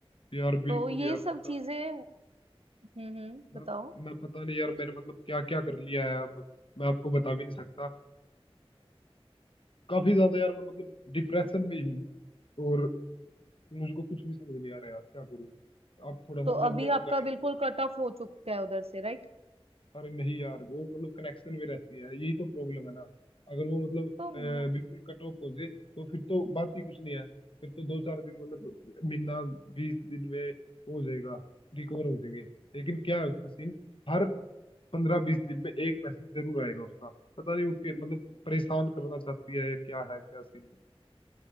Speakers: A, on the left; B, on the right.
A: यार बिल्कुल
B: तो ये
A: यार
B: सब
A: पता
B: चीजें हम्म हम्म
A: मैं
B: बताओ
A: मैं पता नहीं यार मैंने मतलब क्या क्या कर लिया है अब मैं आपको बता भी नहीं सकता आ, काफी ज्यादा यार मैं मतलब डिप्रेशन में ही हूँ और मुझको कुछ भी समझ नहीं आ रहा यार क्या करूँ आप थोड़ा सा
B: तो
A: मतलब
B: अभी
A: मेरे को
B: आपका
A: गाइड
B: बिल्कुल
A: करो ना
B: कट ऑफ हो चुका है उधर से राइट
A: अरे नहीं यार वो मतलब कनेक्शन में रहती है यही तो प्रॉब्लम है ना अगर वो मतलब अ,
B: तो मु-
A: बिल्कुल कट ऑफ हो जाए तो फिर तो बात ही कुछ नहीं है फिर तो दो चार दिन मतलब महीना बीस दिन में हो जाएगा रिकवर हो जाएंगे लेकिन क्या है उसका सीन हर पंद्रह बीस दिन में एक मैसेज जरूर आएगा उसका पता नहीं वो के, मतलब परेशान करना चाहती है या क्या है क्या सीन है